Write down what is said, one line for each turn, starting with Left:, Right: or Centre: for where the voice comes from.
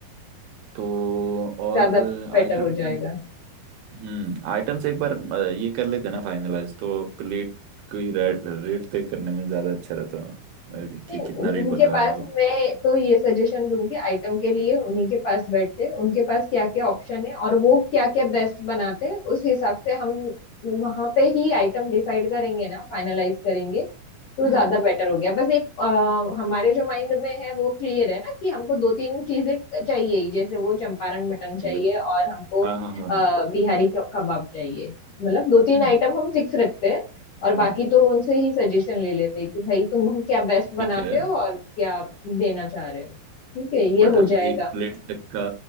Right: तो और
Left: ज्यादा बेटर
Right: आइटम्स
Left: हो जाएगा
Right: में हम्म आइटम्स एक बार अ, ये कर लेते हैं ना फाइनलाइज तो प्लेट की रेट रेट तय करने में ज्यादा अच्छा रहता है अ,
Left: नहीं,
Right: कि कितना रेट
Left: उनके
Right: बता
Left: पास
Right: रहा है वो
Left: मैं तो ये सजेशन दूंगी आइटम के लिए उन्हीं के पास बैठते हैं उनके पास क्या क्या ऑप्शन है और वो क्या क्या बेस्ट बनाते हैं उस हिसाब से हम वहां पे ही आइटम डिसाइड करेंगे ना फाइनलाइज करेंगे तो
Right: हम्म
Left: ज्यादा बेटर हो गया बस एक अ, हमारे जो माइंड में है वो क्लियर है ना कि हमको दो तीन चीजें चाहिए ही जैसे वो चंपारण मटन
Right: ओके
Left: चाहिए और हमको
Right: हाँ
Left: अ,
Right: हाँ हाँ हाँ
Left: बिहारी क- कबाब चाहिए मतलब दो तीन
Right: हम्म
Left: आइटम हम फिक्स रखते हैं और बाकी
Right: हम्म
Left: तो उनसे ही सजेशन ले लेते कि भाई तुम क्या बेस्ट बनाते
Right: ठीक है
Left: हो और क्या देना चाह रहे हो ठीक है ये
Right: बट
Left: हो
Right: हम
Left: जाएगा
Right: एक प्लेट तक का